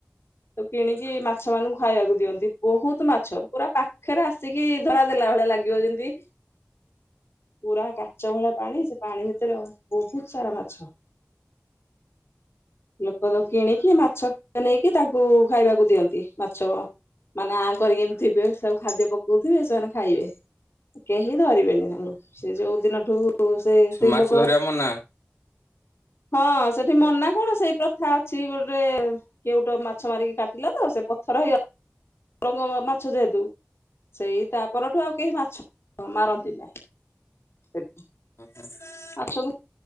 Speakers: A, on the left; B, on the left.
A: ତାକୁ କିଣିକି ମାଛ ମାନଙ୍କୁ ଖାଇବାକୁ ଦିଅନ୍ତି ବହୁତ ମାଛ ପୁରା ପାଖରେ ଆସିକି ଧରା ଦେଲା ଭଳିଆ ଲା ଗିବ ଯେମିତି ପୁରା କାଚ ଭଳିଆ ପାଣି ସେ ପାଣି ଭିତରେ ଅ ବହୁତ ସାରା ମାଛ। ଲୋକ ତ କିଣିକି ମାଛ ନେଇକି ତାକୁ ଖାଇବାକୁ ଦିଅନ୍ତି ମାଛ। ମାନେ ଆଁ କରିକି ଏମିତି ଥିବେ ସବୁ ଖାଦ୍ୟ ପକଉଥିବେ ସେମାନେ ଖାଇବେ। କେହି ଧରିବେନି ତାଙ୍କୁ, ସେ ଯୋଉ ଦିନଠୁ ସେ ସ୍ତ୍ରୀ
B: ମାଛ
A: ଲୋକ
B: ଧରିବା ମନା
A: ହଁ ସେଠି ମନା କଣ ସେଇ ପ୍ରଥା ଅଛି ଗୋଟେ କେଉଟ ମାଛ ମାରିକି କାଟିଲା ତ ସେ ପଥର ହେଇଗ ଠାକୁରଙ୍କ ମାଛ ଯେହେତୁ। ସେଇ ତାପରଠୁ ଆଉ କେହି ମାଛ ମାରନ୍ତି ନାହିଁ ସେଠି।
B: <inaudible>
A: ମାଛକୁ